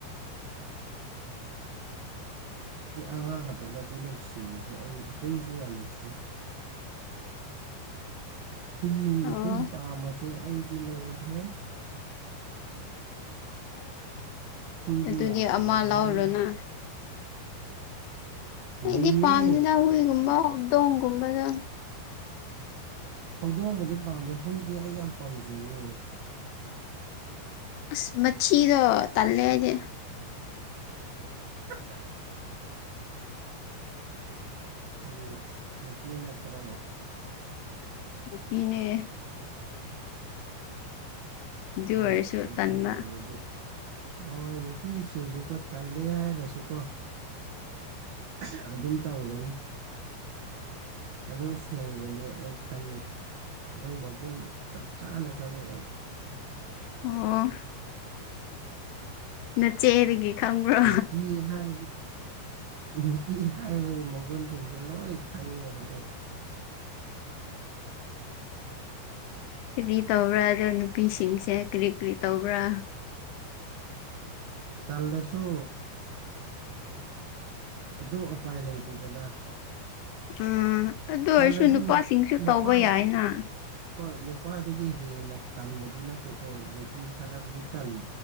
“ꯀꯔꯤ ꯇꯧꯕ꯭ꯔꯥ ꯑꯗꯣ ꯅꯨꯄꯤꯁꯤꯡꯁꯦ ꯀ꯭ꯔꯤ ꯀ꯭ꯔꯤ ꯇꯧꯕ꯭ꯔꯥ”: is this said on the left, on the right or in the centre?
Left